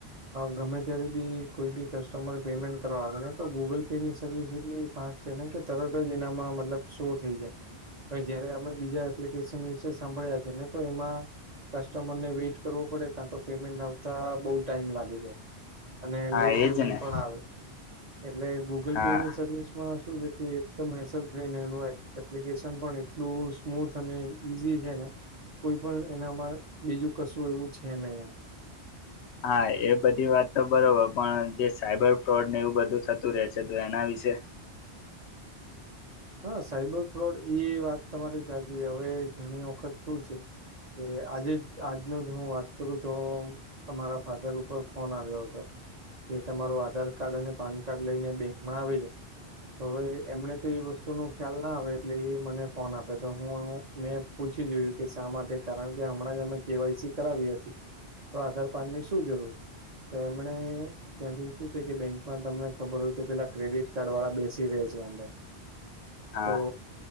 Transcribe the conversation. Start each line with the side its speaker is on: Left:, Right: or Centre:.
Right: ગમે ત્યારે બી કોઈ બી કસ્ટમર પેમેન્ટ કરવા આવે ને તો ગૂગલ પે ની સર્વિસ એટલી ફાસ્ટ છે ને કે તરત જ એનામાં મતલબ શો થઈ જાય તો જયારે અમે બીજા એપ્લિકેશન વિશે સાંભળ્યા છે ને તો એમાં કસ્ટમર ને વેઇટ કરવો પડે ક્યાં તો પેમેન્ટ આવ અવતા બહુ ટાઈમ લાગી જાય અને
Left: હા
Right: લેટ પેમેન્ટ
Left: એજ ને
Right: પણ આવે. એટલે ગુગલ
Left: હા
Right: પે ની સર્વિસ માં શું છે કે એકદમ હેલ બ્રેન એનું એપ્લિકેશન પણ એટલું સ્મૂથ અને ઈઝી છે ને કોઈ પણ એનામાં બીજું કશું એવું છે હી એમ
Left: હા એ બધી વાત તો બરોબર પણ જે સાયબર ફ્રોડ ને એવું બધું થતું રહે છે તો એના વિશે-
Right: હા સાઈબર ફ્રોડ એ વાત તમારી સાચુ હવે ઘણી વખત શું છે કે આજે આજનો જ હું વાત કરું તો અરા ફાધર ઉપર ફોન આવ્યો હતો. એ તમારું આધાર કાર્ડ અને પાન કાર્ડ લઈને બેંકમાં આવે છે તો હવે એમને તો એ વસ્તુ શું નું ખ્યાલ ના આવે એટલે એ મને ફોન આપે તો હું મેં પૂછી જોયું કે શા માટે કારણ કે હમણાં જ અમે કેવાયસી કરાવી હતી તો આધારપન ની શું જરૂર. તેમમણે. ત્યાંથી શું છે કે બેંકમાં તમને ખબર હોય તો પેલા ક્રેડિટ કાર્ડ વાળા બેસી રહે છે અંદર
Left: હા.
Right: તો